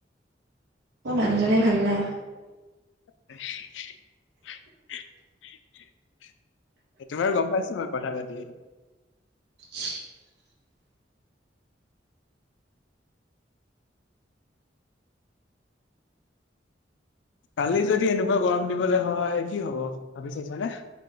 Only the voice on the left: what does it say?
<unintelligible> সেইটো বাৰু গম পাইছো মই কথা পাতিয়ে
কালি যদি এনেকুৱা গৰম দিবলৈ হয় কি হব ভাবি চাইছানে।